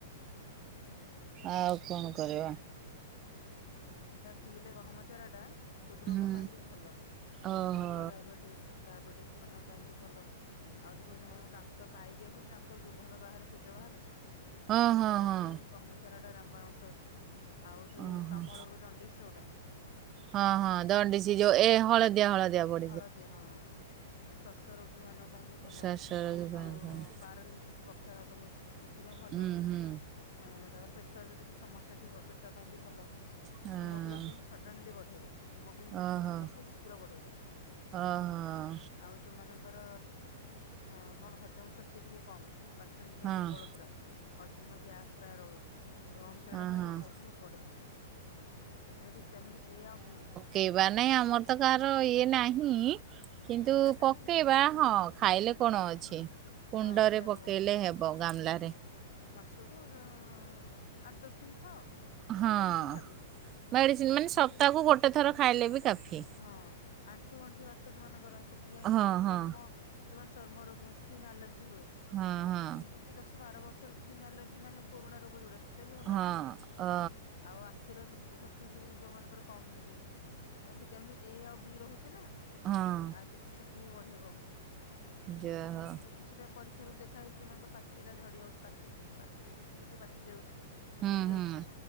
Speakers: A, on the right; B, on the left.
A: ଆଉ କଣ କରିବା
B: ପିଇଲେ ଗହମ ଚାରାଟା ହୃଦରୋଗ
A: ହୁଁ
B: ପାଇଁ ବି ଭଲ। ଆଉ
A: ଓହୋ
B: ଯୋଉମାନଙ୍କର ଡାଇବେଟିଶ୍ ଡାଇବେଟିଶ୍ ମାନଙ୍କ ପାଇଁ ବି ଭଲ। ଆଉଦେଖିବ ଯୋଉମାନଙ୍କ ଦାନ୍ତ ପାଇରିଆ ହୁଏନି ଦାନ୍ତ ଦୁର୍ଗନ୍ଧ ବାହାରେ ପୂଜ ବାହାରେ
A: ହଁ
B: ସେଟା
A: ହଁ
B: ପାଇଁ
A: ହଁ
B: ବି ଗହମ ଚରାଟା ରାମବାଣ ଔଷଧ। ଆଉ ଯୋଉ
A: ଓହୋ।
B: କାମଳରୁ ଜଣ୍ଡିଶ୍ ଜୋଉଟା
A: ହଁ- ହଁ ଦଣ୍ଡିଶି ଯୋଉ ଏ ହଳଦିଆ ହଳଦିଆ ପଡ
B: ହଳଦିଆ ହଁ, ଶ୍ଵାସ ରୋଗୀ ମାନଙ୍କ ପାଇଁ ବି ଭଲ।
A: ଶ୍ଵାସର ବି ପାଣି
B: ଆଉ
A: ପାଣି
B: ପାରାଲିସିସ୍ ପକ୍ଷାଘାତ ହଉଛି ସେଥିପାଇଁ ଭଲ।
A: ହୁଁ ହୁଁ
B: ଅ ତାପରେ ପେଟ ଯଦି କିଛି ସମସ୍ୟା ଥିବ ପେଟ ପାଇଁ ବି ଭଲ।
A: ହଁ।
B: ହିମୋଗ୍ଲୋବିନ୍ ସ ସଡନ୍ଲି ବଢେଇବ ହେମୋଗ୍ଲିନ ଯେ
A: ଓହୋ
B: ଓ ବହୁତ୍ ଶୀଘ୍ର ବଢ଼େଇବ।
A: ଓହୋ
B: ଆଉ ଯୋଉମାନଙ୍କର ଅ କଣ ହଜମ ଶକ୍ତି ଟିକେ କମ୍ ପାଚନ କିିରା
A: ହଁ
B: ଦୁର୍ବଳ ପୁରା ଅଜିୀର୍ଣ୍ଣ ଗ୍ୟାସ୍ ପ୍ରାୟ ରହୁ ଗହମଚରା
A: ହଁ
B: ଟା ଖାଇବ
A: ହଁ।
B: ବହୁତ୍ ବଢ଼ିଆ। ଏଥିରେ ଭିଟାମିନ୍ ଏ ଆଉ ବି।
A: କେଇବା ନାହିଁ ଆମର ତ କାହାର ଇଏ ନାହିଁ କିନ୍ତୁ
B: ଜାଗା
A: ପକେଇବା
B: ନାଇଁ ପକେଇବାର
A: ହଁ ଖାଇଲେ
B: ହୁଁ
A: କଣ ଅଛି? କୁଣ୍ଡରେ
B: ହଁ ସେଇଆ
A: ପକେଇଲେ
B: ତ କହୁଛି
A: ହେବ ଗାମଲାରେ।
B: ମାସକୁ ଦ ଆଠ ଦଶ ଦିନ ଖାଅ ଗୋଟେ
A: ହଁ।
B: ମେଡିସିନ୍ ଭାବିକି।
A: ମେଡିସିନ
B: ଦେହଟା
A: ମାନେ ସପ୍ତାହକୁ
B: ଯଦି
A: ଗୋଟେ ଥର ଖାଇଲେ ବି କାଫି
B: ହଁ ଆଣ୍ଠୁ ଗଣ୍ଠିବାତ ଯୋଉ ମନେକର ସେଥିପାଇଁ ଭଲ
A: ହଁ ହଁ।
B: ଚର୍ମ ଯୋଉମାନେ ଚର୍ମ ରୋଗ ସ୍କିନ୍ ଆଲର୍ଜି ହୁଏ। ଏମିତି
A: ହଁ ହଁ
B: କିି ଦଶ ବାର ବର୍ଷର ସ୍କିନ୍ ଆଲର୍ଜି ମାନେ ପୁରୁଣା ରୋଗ ଯୋଉଟା ସେ ସେଟା ବି ଭଲ
A: ହଁ
B: ହେଇଯିବ
A: ଅ
B: ଆଉ ଆ ଆଖିର ଦୃଷ୍ଟି ଶକ୍ତି ବି ଯୋଉମାନଙ୍କର କମ୍ ଟିକେ ଭିଟାମିନ୍ ଏ ଆଉ ବି ରହୁଛି ନା।
A: ହଁ।
B: ଆଉ ଦୃଷ୍ଟି ଶକ୍ତି ବି ବଢ଼େଇବ।
A: ଯାହା
B: କିଛିଟା ପରୀକ୍ଷା ରୁ ଦେଖା ହେଇଛି ଯଉମାନଙ୍କର ପାଚିଲା ଝଡ଼ି ଯାଉ ପାଚିକି ପାଚିଲେ ଚୁଟି ପାଚି ଯାଉଛି।
A: ହଉ
B: ଝଡ଼ି ଯାଉଛି
A: ହୁଁ ହୁଁ